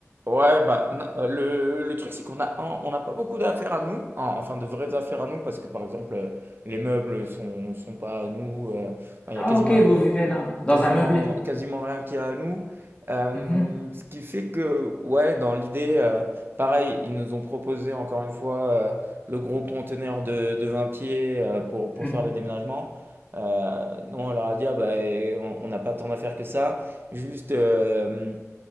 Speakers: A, on the right; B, on the left.
A: Ouais, bah, non, euh, le, le truc, c'est qu'on a, un- on n'a pas beaucoup d'affaires à nous, en- enfin de vraies affaires à nous, parce que par exemple, euh, les meubles sont, sont pas à nous, euh, enfin, il
B: Ah,
A: y a quasiment,
B: ok, vous vivez dans, dans
A: quasiment,
B: un meublé.
A: quasiment rien qui est à nous. Euh,
B: Mhm.
A: ce qui fait que, ouais, dans l'idée, euh, pareil, ils nous ont proposé encore une fois euh, le gros conteneur de, de 20 pieds euh, pour, pour
B: <laughs>
A: faire le déménagement. Euh, nous, on leur a dit, ah, bah, eh, on on n'a pas tant d'affaires que ça, juste. euh,